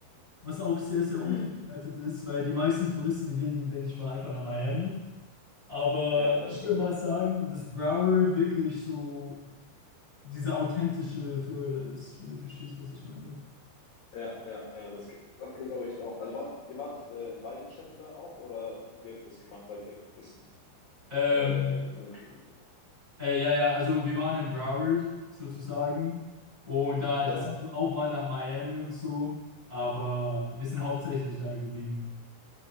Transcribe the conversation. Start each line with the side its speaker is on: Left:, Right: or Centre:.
Right: was auch sehr, sehr
Left: Hm.
Right: unterbewertet ist, weil die meisten Touristen, die gehen, denke ich mal, einfach nach Miami. Aber
Left: Ja, das
Right: ich
Left: stimmt.
Right: würde mal sagen, dass Broward wirklich so dieser authentische Florida ist, wenn du verstehst, was ich meine.
Left: Ja, ja, ja, das, das glaube ich auch. Also wart, ihr wart äh, in beiden Städten da auch oder wie habt ihr das gemacht? Seid ihr ein bisschen
Right: Ähm,
Left: äh, nuklear?
Right: äh, ja, ja, also wir waren in Broward sozusagen und da, das
Left: Ja.
Right: sind auch mal nach Miami und so, aber wir sind hauptsächlich da geblieben.